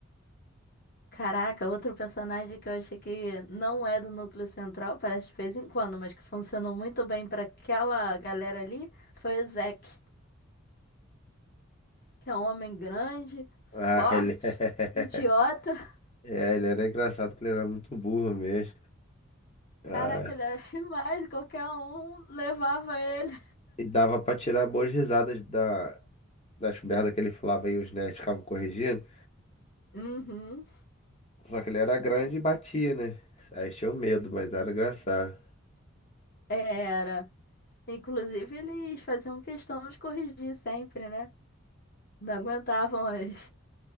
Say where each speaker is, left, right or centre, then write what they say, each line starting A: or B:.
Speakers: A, on the left; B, on the left.
A: Caraca, outro personagem que eu achei que não é do núcleo central, parece de vez em quando, mas que funcionou muito bem pra aquela galera ali, foi o Zack, que é um homem grande,
B: Ah,
A: forte,
B: ele <laughs>
A: idiota.
B: é. ele era engraçado porque ele era muito burro mesmo. Ah,
A: Caraca, ele era <laughs> demais. Qualquer um levava ele.
B: e dava pra tirar boas risadas da, das merdas que ele falava e os nerds ficavam corrigindo.
A: Uhum,
B: Só que ele era grande e batia, né? Aí tinha o medo, mas era engraçado.
A: era. Inclusive, eles faziam questão de corrigir sempre, né? Não aguentavam as,